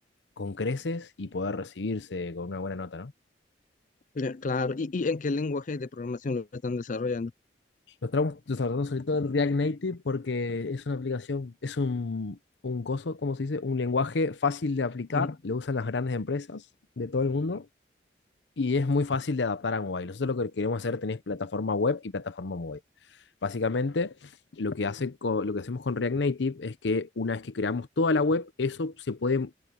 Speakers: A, on the left (about 75°); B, on the left (about 45°).
A: con creces y poder recibirse con una buena nota, ¿no?
B: Ya, Claro, ¿Y, y en qué lenguaje de programación lo están desarrollando?
A: Lo estamos lo sobre todo en React Native porque es una aplicación, es un, un coso, ¿cómo se dice? Un lenguaje fácil de aplicar,
B: Ujú,
A: lo usan las grandes empresas de todo el mundo y es muy fácil de adaptar a mobile. Nosotros lo que queremos hacer tenéis plataforma web y plataforma mobile. Básicamente, lo que hace co- lo que hacemos con React Native es que una vez que creamos toda la web, eso se puede,